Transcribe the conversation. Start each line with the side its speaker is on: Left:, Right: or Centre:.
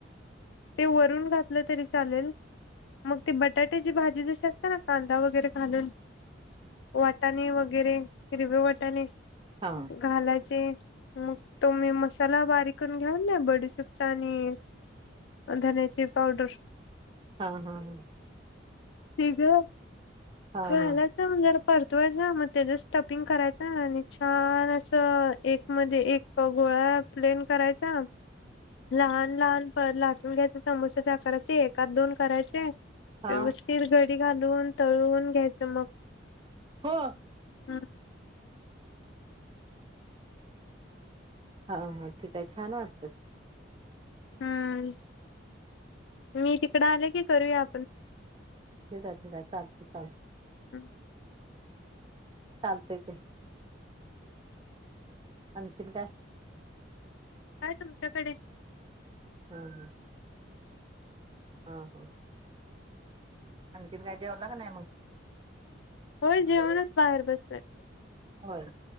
Left: ते वरून घातलं तरी चालेल मग ते बटाट्याची भाजी जशी असत्या ना कांदा वगैरे घालून. वाटाणे, वगैरे हिरवे वाटाणे.
Right: हा
Left: घालायचे. मग तो मी मसाला बारीक करून घ्याऊन ना बडीशिपचा, आणि धन्याची पावडर.
Right: हा हा हा!
Left: ठीक ये.
Right: हा
Left: झाला
Right: हा
Left: तरण जरा <unintelligible> परतवायचा मग त्याच स्टपिंग करायचा, आणि छान असं एक मध्ये एक गोळा प्लेन करायचा, लहान लहान लाटून घ्यायचा समोसाच्याकाराचे, एकाात दोन करायचे. ते
Right: हा
Left: व्यवस्थित ग <unintelligible> घालून तळून घ्यायचं मग.
Right: <inaudible>
Left: हम् <inaudible>
Right: हा हा! ठीक आहे छान वाटत.
Left: हम्म मी तिकडं आले की करूया आपण.
Right: ठीक आहे, ठीकय, चालत, चालत.
Left: हम <inaudible>
Right: चालतंय की. आणखीन काय?
Left: काय तुमच्याकडे?
Right: हा हा हा हा! आणखिन काय जेवला का नाही मग
Left: होय जेऊनच बाहेर बसलोय.
Right: होय